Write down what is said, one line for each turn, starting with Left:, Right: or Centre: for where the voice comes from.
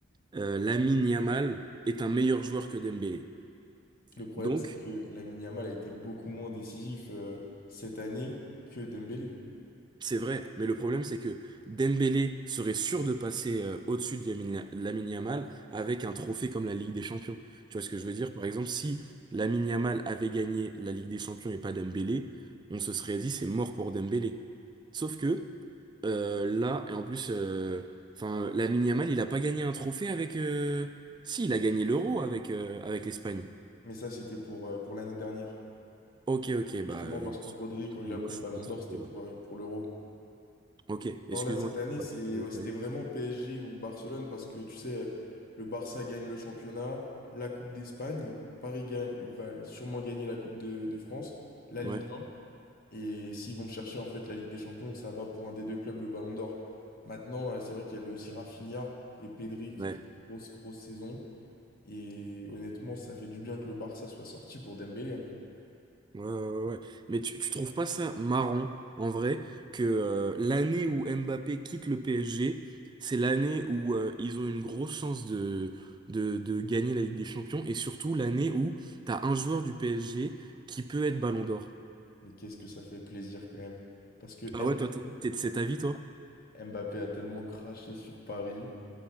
Right: euh, Lamine Yamal est un meilleur joueur que Dembélé.
Left: Le problème,
Right: Donc,
Left: c'est que Lamine Yamal a été beaucoup moins décisif euh, cette année que Dembélé.
Right: c'est vrai, mais le problème, c'est que Dembélé serait sûr de passer euh, au-dessus de Yamin- Lamine Yamal avec un trophée comme la Ligue des Champions. Tu
Left: C'est
Right: vois ce que
Left: vrai.
Right: je veux dire? Par exemple, si Lamine Yamal avait gagné la Ligue des Champions et pas Dembélé, on se serait dit c'est mort pour Dembélé. Sauf que euh, là, et en plus, euh, enfin, Lamine Yamal, il n'a pas gagné un trophée avec. euh, Si, il a gagné l'Euro avec, euh, avec l'Espagne.
Left: Mais ça, c'était pour, euh, pour l'année dernière.
Right: Ok, ok, bah,
Left: Justement
Right: euh,
Left: parce que
Right: excuse-moi,
Left: Rodri, quand il a pris
Right: je
Left: le
Right: suis
Left: Ballon
Right: pas trop.
Left: d'Or, c'était pour,
Right: euh,
Left: euh, pour l'Euro.
Right: Ok, excuse-moi,
Left: Non, là, cette
Right: je
Left: année,
Right: suis pas
Left: c'est,
Right: trop
Left: ouais, c'était
Right: calé.
Left: vraiment PSG ou Barcelone parce que tu sais, le Barça gagne le championnat, la Coupe d'Espagne, Paris gagne, va sûrement gagner la Coupe de, de France, la Ligue
Right: Ouais,
Left: 1. Et s'ils vont chercher en fait la Ligue des Champions, ça va pour un des deux clubs, le Ballon d'Or. Maintenant, euh, c'est vrai qu'il y avait aussi Rafinha et Pedri qui
Right: ouais,
Left: faisaient une grosse, grosse saison. Et honnêtement, ça fait du bien que le Barça soit sorti pour Dembélé. hein.
Right: ouais, ouais. ouais. Mais tu, tu trouves pas ça marrant, en vrai, que euh, l'année où Mbappé quitte le PSG, c'est l'année où euh, ils ont une grosse chance de, de, de gagner la Ligue des Champions, et surtout l'année où t'as un joueur du PSG qui peut être Ballon d'Or.
Left: Mais qu'est-ce que ça fait plaisir quand même. Parce que Mbappé,
Right: Ah ouais, toi, t'es t'es de cet avis, toi?
Left: Mbappé a tellement craché sur Paris.